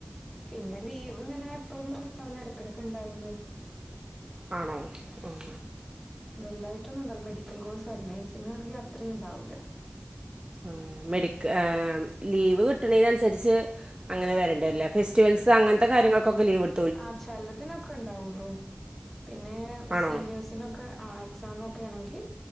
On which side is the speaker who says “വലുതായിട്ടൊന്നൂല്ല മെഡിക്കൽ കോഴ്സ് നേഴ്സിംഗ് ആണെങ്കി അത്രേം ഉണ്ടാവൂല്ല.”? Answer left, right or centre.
Centre